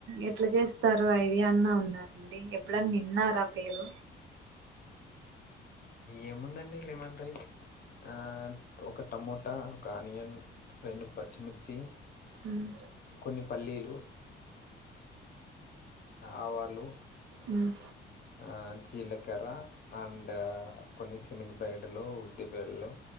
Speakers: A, on the right; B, on the left.
A: ఎట్లా చేస్ ఇస్తారు ఐడియా అన్నా ఉందండి ఎప్పుడన్న విన్నారా పేరు
B: ఏముందండి లెమన్ రైస్ ఆ ఒక టమోటా ఒక ఆనియన్ రెండు పచ్చిమిర్చి
A: మ్మ్
B: కొన్ని పల్లీలు ఆవాళు
A: మ్మ్
B: ఆ జీలకర్ర అండ్ కొన్ని శనగ బేడలు ఉద్ది బెల్లు